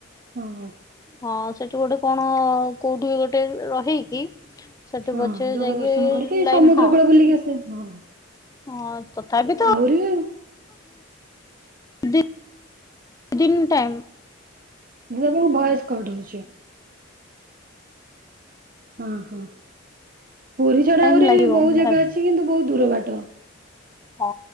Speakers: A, on the right (about 45°); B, on the left (about 15°).
A: ହଁ
B: ହଁ ସେଠି ଗୋଟେ କଣ କୋଉଠି ବି ଗୋଟେ ରହିକି ସେଠୁ
A: ହଁ
B: ପଛେ
A: ଜଗା
B: ଯାଇକି
A: ଦର୍ଶନ କରିକି
B: ଲାଇନ
A: ସମୁଦ୍ର
B: ହଁ
A: କୂଳ ବୁଲିକି ଆସିବା ହଁ
B: ହଁ ତଥାପିିତ
A: ଆହୁରି ଦିଦି
B: ଦି ଦିନ ଟାଇମ୍
A: ନୂଆବଉ ଭଏସ କଟ ହଉଚି। ହଁ ହଁ ପୁରୀ ଛଡା
B: ଟାଇମ
A: ଆହୁରି
B: ଲାଗିବ
A: ବହୁତ ଜାଗା ଅଛି। କିନ୍ତୁ ବହୁତ ଦୂର ବାଟ।
B: ହଁ